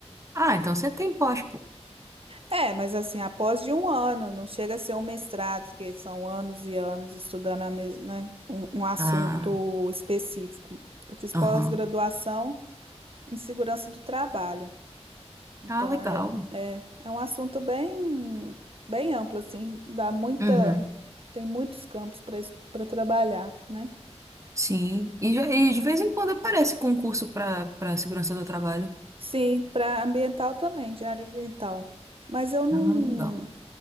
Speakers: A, on the right; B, on the right.
A: Ah, então você tem pós, pô.
B: É, mas assim, após de um ano, não chega a ser um mestrado, que são anos e anos estudando a mes... né, um, um assunto
A: Ah,
B: específico. Eu fiz pós-graduação
A: aham.
B: em segurança do trabalho. Então,
A: Ah, legal.
B: é, é, é um assunto bem, bem amplo, assim, dá muita,
A: Uhum.
B: tem muitos campos para para trabalhar, né?
A: Sim. E, já- e de vez em quando aparece concurso para para segurança do trabalho.
B: Sim, para ambiental também, de área ambiental. Mas eu não,
A: Ah, legal.